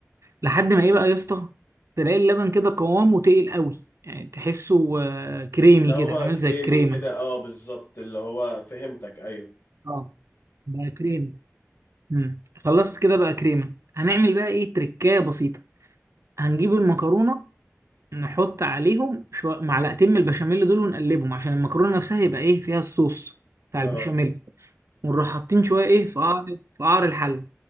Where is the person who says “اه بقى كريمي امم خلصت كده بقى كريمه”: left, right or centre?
Right